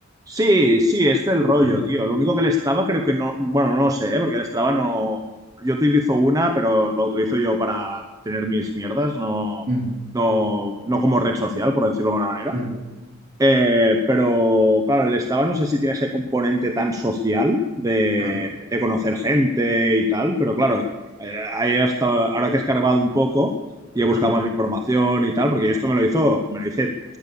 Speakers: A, on the right; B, on the right.
A: Sí, sí, es del rollo,
B: <laughs>
A: tío. Lo único que el Strava creo que no, bueno, no lo sé, ¿eh? porque el Strava no, yo utilizo una, pero lo utilizo yo para tener mis mierdas, no,
B: Mm,
A: no, no como red social, por decirlo de alguna manera.
B: mm,
A: Eh, pero claro, el Strava no sé si tiene ese componente tan social de,
B: ah,
A: de conocer gente y tal, pero claro, eh, ahí hasta ahora que he escarbado un poco y
B: ah.
A: he buscado más información y tal, porque esto me lo hizo, me lo hice